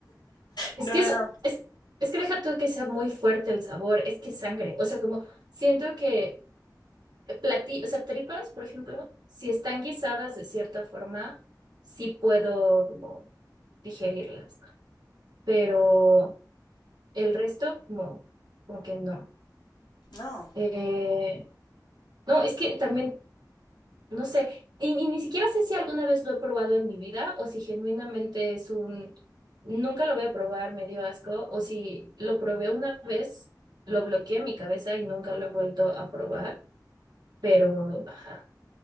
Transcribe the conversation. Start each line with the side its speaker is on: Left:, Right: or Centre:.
Right: Es
Left: no,
Right: que
Left: no,
Right: eso,
Left: no.
Right: es, es que deja tú que sea muy fuerte el sabor, es que es sangre. O sea, como siento que platí, o sea, tripas, por ejemplo, si están guisadas de cierta forma, sí puedo como digerirlas, pero el resto como, como que no.
Left: No.
Right: Eh, no, es que también, no sé, y, y ni siquiera sé si alguna vez lo he probado en mi vida o si genuinamente es un, nunca lo voy a probar, me dio asco, o si lo probé una vez, lo bloqueé en mi cabeza y nunca lo he vuelto a probar, pero... ajá.